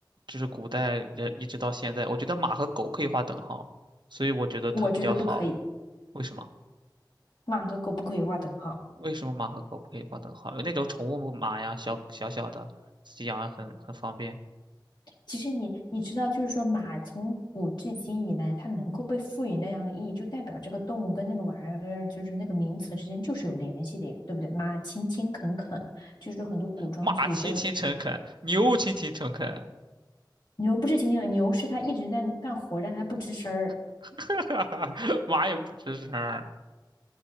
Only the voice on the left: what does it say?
我觉得不可以，
马和狗不可以画等号。
其实你你知道，就是说马从古至今以来，它能够被赋予那样的意义，就代表这个动物跟那个玩意儿，就是那个名词之间就是有联系的呀，对不对？马勤勤恳恳，就是很多古装剧里都有。
牛不是勤勤恳，牛是它一直在干活，但它不吱声儿。